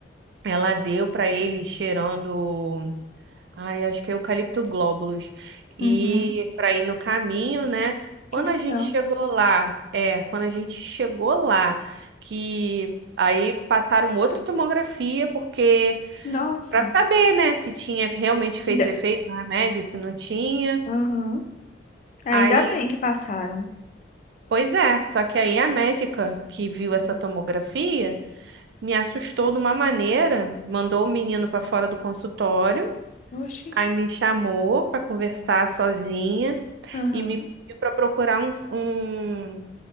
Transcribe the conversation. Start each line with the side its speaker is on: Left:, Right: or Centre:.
Right: ela deu pra ele cheirando Ai, acho que é eucalipto glóbulos. E
Left: Uhum.
Right: para ir no caminho, né? Quando
Left: Que legal.
Right: a gente chegou lá, é, quando a gente chegou lá, que aí passaram outra tomografia, porque
Left: Nossa.
Right: para saber, né, se tinha realmente feito
Left: Ainda...
Right: efeito no remédio, se não tinha.
Left: Uhum. Ainda
Right: Aí,
Left: bem que passaram.
Right: pois é, só que aí a médica que viu
Left: Uhum.
Right: essa tomografia me assustou de uma maneira, mandou o menino para fora do consultório.
Left: Oxi.
Right: Aí me chamou para conversar sozinha
Left: Uhum.
Right: e me pediu para procurar um, um,